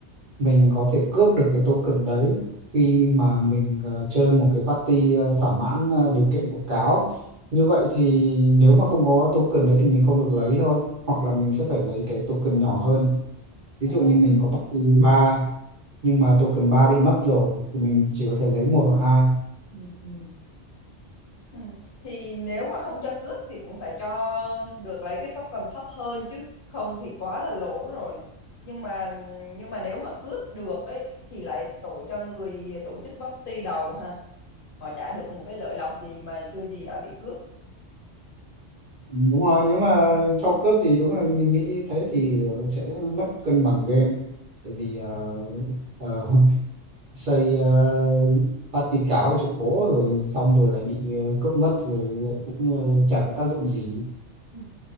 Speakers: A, on the right (about 50°); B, on the left (about 55°).
A: mình có thể cướp được cái token đấy khi mà mình ờ, chơi một cái party ờ, thỏa mãn ờ, điều kiện của cáo. Như vậy thì nếu mà không có token đấy thì mình không được lấy thôi, hoặc là mình sẽ phải lấy cái token nhỏ hơn. Ví
B: à,
A: dụ như mình có party 3 nhưng mà token 3 bị mất rồi thì mình chỉ có thể lấy một hoặc hai.
B: ừ, ừ. Ừ. Thì nếu mà không cho cướp thì cũng phải cho được lấy cái token thấp hơn chứ không thì quá là lỗ rồi nhưng mà nhưng mà nếu mà cướp được ấy thì lại tổ cho người tổ chức party đầu ha họ trả được một cái lợi lộc gì mà chưa gì đã bị cướp
A: đúng rồi nếu mà cho cướp thì đúng là mình nghĩ thế thì sẽ mất cân bằng game tại vì ờ, ờ, <laughs> xây ờ, party cáo cho cố rồi xong rồi lại bị ờ, cướp mất rồi cũng ờ, chả có tác dụng gì
B: Ừ.